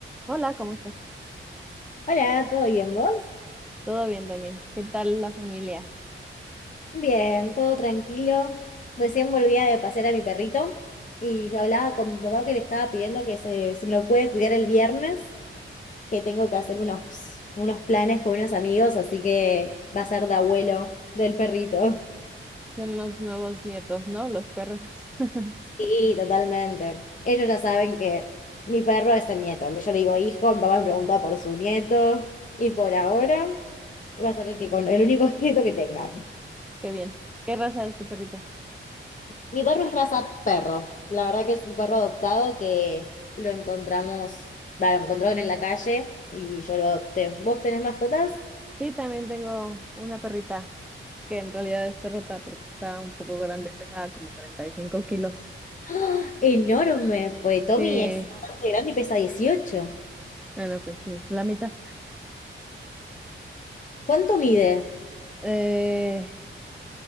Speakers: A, in the centre; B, on the left.
A: Hola, ¿cómo estás?
B: Hola, ¿todo bien vos?
A: Todo bien también. ¿Qué tal la familia?
B: Bien, todo tranquilo. Recién volvía de pasear a mi perrito y hablaba con mi papá que le estaba pidiendo que se- si me lo puede cuidar el viernes, que tengo que hacer unos, unos planes con unos amigos, así que va a ser de abuelo del perrito. <laughs>
A: Son los nuevos nietos, ¿no? Los perros. <laughs>
B: Sí, totalmente. Ellos ya saben que mi perro es el nieto. Yo le digo hijo, mi papá me pregunta por su nieto y por ahora va a ser el que con el único <laughs> nieto que tenga.
A: Qué bien. ¿Qué raza es tu perrito?
B: Mi perro es raza perro. La verdad que es un perro adoptado que lo encontramos, va, lo encontraron en la calle y yo lo adopté. ¿Vos tenés mascotas?
A: Sí, también tengo una perrita que en realidad es perrota porque está un poco grande, pesaba como 35 kilos.
B: ¡Ah! ¡Enorme! Pues
A: Sí,
B: Tommy es bastante grande y pesa dieciocho.
A: bueno, pues sí, la mitad.
B: ¿Cuánto mide?
A: Eh,